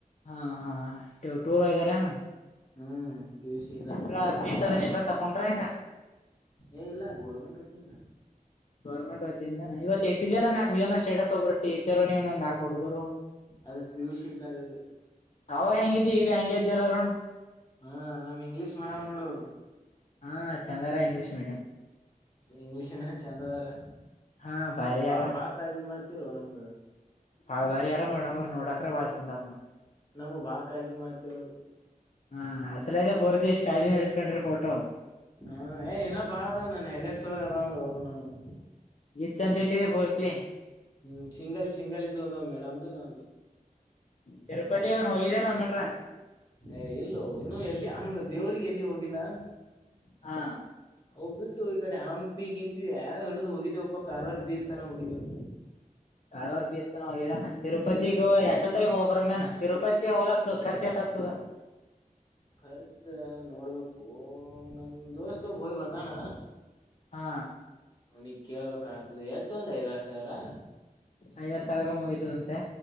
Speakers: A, on the left (about 50°); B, on the left (about 30°).
A: ಹಾ ಹಾ ಟು ಟೂರ್ ವೈದಿರಿ ಏನ್ <inaudible>
B: ಹ್ಮ್ ಪಿ ಯು ಸಿ ಇದ್ದಾಗ
A: ಇಲ್ಲಾ
B: ಟೂರ್ ಒಯ್ದಾರ
A: ತಿಳಿಸೋದೇನರ. <inaudible> ತೆಕ್ಕೊಂಡ್ರೆ. <inaudible>
B: ಏ ಇಲ್ಲ ಗೋರ್ಮೆಂಟ್ ಒತ್ತಿಂದ. <inaudible>
A: ಗೌರ್ಮೆಂಟ್ ಒತ್ತಿಯಿಂದ ನಾ ಇವತ್ ಇಟ್ಟಿದ್ಯಲ್ಲ ನಾಕ್ ಯುವನ ಸ್ಟೇಟಸ್ ಒಬ್ಬರು ಟೀಚರು ನೀವ ನೊಂದ ನಾಲ್ಕು ಹುಡಗುರು.
B: ಅದು ಪಿ ಯು ಸಿ ಇದ್ದಾಗ ಅದು
A: ಅವಾಗ ಹೆಂಗ ಇದ್ದಿ ಈಗು ಹೆಂಗೆ ಇದ್ದ್ಯಲ್ಲಾರಣ. <inaudible>
B: ಹಾ ನಮ್ಮ ಇಂಗ್ಲೀಷ ಮೇಡಮ್ ನೋಡೋರು. <inaudible>
A: ಹಾ ಚಂದಾರಾ ಇಂಗ್ಲೀಷ್ ಮೇಡಂ.
B: ಇಂಗ್ಲಿಷ್ ಅಣ್ಣಾ ಚೆಂದ ಅದರಾ
A: ಹಾ ಬಾರಿ ಯಾರ
B: ಬಾಳ್ ಬಾಳ್ ಕಾಳಜಿ ಮಾಡ್ತಿರು ನಮಗ.
A: ಆ ಬರಿಯಾರ ಮೇಡಂ ನೋಡತಾರ ಬಾಳ ಚಂದ ನೋಡ.
B: ನಮ್ಮಗ ಬಾಳ್ ಕಾಳಜಿ ಮಾಡ್ತಿರೋರು. <inaudible>
A: ಹಾ ಅದರಾಗೆ ಪೂರ್ತಿ ಸ್ಟೈಲ್ ನಿಲ್ಸ್ಕೊಂಡ್ರಿ ಫೋಟೋ.
B: ಹಾ ಏ ಇನ್ನ ಬಾಳ ಅದ್ ನನ್ನ ಹೆಲ್ಲರಸ್ ಒಳಗ್ ಅದಾವ ನೋಡ ಅವ್ರು ನನ್ನುವ.
A: ಗಚ್ ಅಂತ ಇಟ್ಟಿದಿದೆ ಪೂರ್ತಿ.
B: ಹ್ಮ್ ಸಿಂಗಲ್ ಸಿಂಗಲ್ ಇದು ಅದ ಮೇಡಮ್ದು ನಂದುು.
A: ತಿರುಪತಿದನ್ ಹೋಗಿದಲ್ಲ ಬಂದ್ಬಿಟ್ರ.
B: ಏ ಇಲ್ಲೂ ಇನ್ನುೂ ಎಲ್ಲಿ ಹಂಗ ದೇವ್ರಿಗೆ ಎಲ್ಲಿ ಹೋಗಿಲ್ಲ.
A: ಹಾ.
B: ಹವು್ ಬಿಟ್ಟು ಈ ಕಡೆ ಹಂಪಿ ಗಿಂಪಿ ಯಾವ ಹಿಡಿದು ಹೋಗಿದ್ದಿವವ ಒಪ್ಪ ಕಾರವಾರ ಬೀಸ್ತನ ಹೋಗಿದ್ದೇವು.
A: ಕಾರಾರ್ವಾರ ಬೀಸ್ತಾನ ಹೋಗಿರಾನ ತಿರುಪತಿಗ ಎಟ ತರಿ ಹೋಗಬ್ರ ಮೇನ ತಿರುಪತಿ ಹೋಲಾಕ್ ಖರ್ಚು ಎಟಾಗಗ್ತದ.
B: ಖರ್ಚ ನೋಡ್ಬೇಕು ನಮ ದೋಸ್ತೋಗ ಹೋಗಿ ಬಂದಾನ.
A: ಹಾ.
B: ಅವ್ನಿಗೆಗ್ ಕೇಳ್ಬೇಕ ಆತದೆ ಎಷ್ಟು ಒಂದ್ ಐದಾರು ಸಾವಿರ.
A: ಐದಾರು ತಗಕ ಮುಗಿತದಂತೆ.